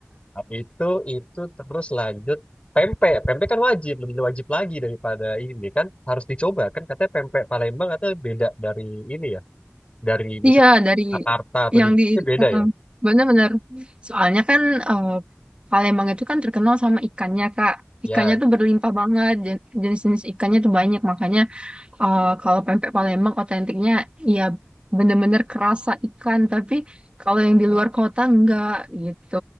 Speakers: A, on the left; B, on the right.
A: Nah, Itu itu terus lanjut pempek, pempek kan wajib lebih wajib lagi daripada ini kan harus dicoba kan katanya pempek Palembang katanya beda dari ini ya dari misal
B: Iya, dari
A: Jakarta atau
B: yang
A: di
B: di
A: eh, beda
B: uh-uh.
A: ya.
B: bener-bener. Soalnya kan eh, Palembang itu kan terkenal sama ikannya, Kak.
A: Ya,
B: Ikannya tuh berlimpah banget, jen- jenis-jenis ikannya tuh banyak. Makanya eh, kalau pempek Palembang otentiknya ya bener-bener kerasa ikan. Tapi kalau yang di luar kota enggak gitu.